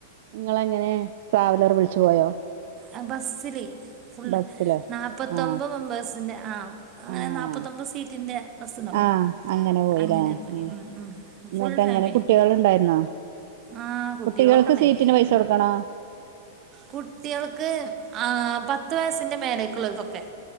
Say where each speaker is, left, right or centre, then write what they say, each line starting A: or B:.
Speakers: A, on the right; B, on the right.
A: നിങ്ങള എങ്ങനെ ട്രാവലർ വിളിച്ചു പോയോ
B: ആ ബസ്സില് ഫുള്
A: ബസ്സിലോ
B: നാല്പ്പത്തൊമ്പത്
A: ആഹ്
B: മെമ്പേഴ്സിന്റെ ആ അങ്ങനെ
A: ആഹ്
B: നാപ്പത്തൊമ്പത്ത് സീറ്റിന്റെ ബസ്ണ്ടാവലോ
A: ആഹ് പോയില്ലേ
B: അങ്ങനെ പോയി
A: ഉം എന്നിട്ട്
B: ഫുൾ ഫാമിലി
A: എങ്ങനെ കുട്ടികൾ ഉണ്ടായിരുന്നോ
B: ആ കുട്ടികളൊക്കേണ്ടായിന്
A: കുട്ടികൾക്ക് സീറ്റിന് പൈസ കൊടുക്കണോ
B: കുട്ടികൾക്ക് ആ പത്ത് വയസിന്റെ മേലക്കുള്ളവർക്കൊക്കെ